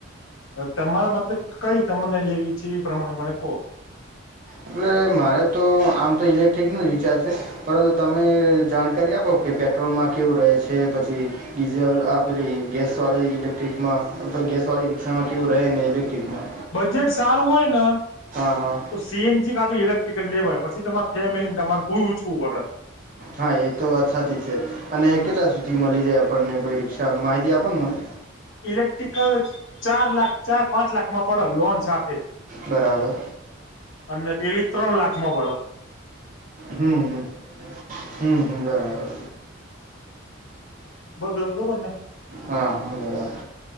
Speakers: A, on the left (about 70°); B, on the right (about 40°).
A: હવે તમારા મતે કઈ તમને લેવી છે એ પ્રમાણે મને કો.
B: એટલે મારે તો આમ તો ઇલેક્ટ્રિકનો જ વિચાર છે. પરંતુ તમે જાણકારી આપો કે પેટ્રોલમાં કેવું રહે છે પછી ડીઝલ આ પેલી ગેસવાળી, ઇલેક્ટ્રિકમાં અથવા ગેસવાળી રિક્ષામાં કેવું રહે ને ઇલેક્ટ્રિકમાં.
A: બજેટ સારું હોય ન
B: હા હા
A: તો સીએનજી કાતો ઈલેક્ટ્રિકલ લેવાય. પછી તમારે ફેમિલીને તમારે પૂછવું પડે.
B: હા એ તો વાત સાચી છે. અને કેટલા સુધી મલી જાય આપણને કોઈ રિક્ષા માહિતી આપો ને મને.
A: ઇલેક્ટ્રિકલ ચાર લાખ ચાર પાંચ લાખમાં પડે લોન સાથે.
B: બરાબર
A: અને પેલી ત્રણ લાખમાં પડ.
B: હમ હમ હમ હમ બરાબર.
A: <inaudible>
B: હા હા બરાબર.